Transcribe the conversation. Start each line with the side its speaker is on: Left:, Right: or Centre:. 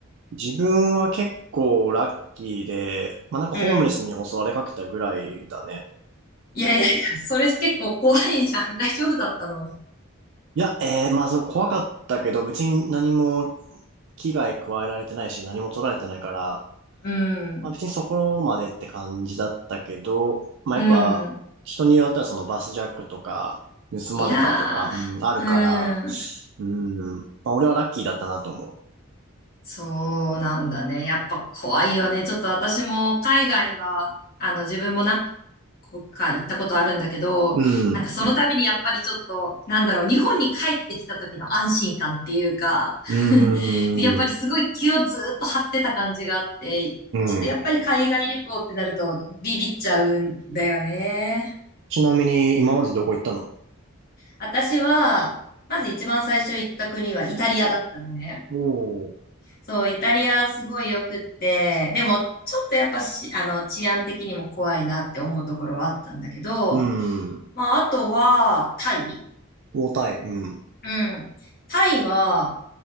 Right: 自分は結構ラッキーで、まあ、なんかホームレスに襲われかけたぐらいだね。
Left: うん。いやいやいや、それ結構怖いじゃん。<laughs> 大丈夫だったの。
Right: いや、えー、まあその怖かったけど、別に何も危害加えられてないし、何も取られてないから、
Left: うん。
Right: まあ別にそこまでって感じだったけど、まあやっぱ人によってはそのバスジャックとか、
Left: うん。
Right: 盗まれたとか、
Left: いやー、
Right: うん、あるから、
Left: うん。
Right: うん、まあ俺はラッキーだったなと思
Left: そうなんだね。やっぱ怖いよね。ちょっと私も海外は、あの自分も何個か行ったことあるんだけど、
Right: う。
Left: なんかその度にやっぱりちょっと、
Right: うん、
Left: なんだろう、日本に帰ってきた時の安心感っていうか、
Right: うん、
Left: <laughs> やっぱりすごい気をずーっと張ってた感じがあって、
Right: う
Left: ちょっとやっぱり海外旅行ってなるとビビっちゃうんだよね。
Right: ん。ちなみに今までどこ行ったの
Left: 私は、まず一番最初行った国はイタリアだったのね。
Right: おー。
Left: そう、イタリアすごい良くって、でもちょっとやっぱし、あの、治安的にも怖いなって思うところはあったんだけど、
Right: うん。
Left: まあ、あとは、タイ
Right: 重たい。うん。
Left: うん。タイは、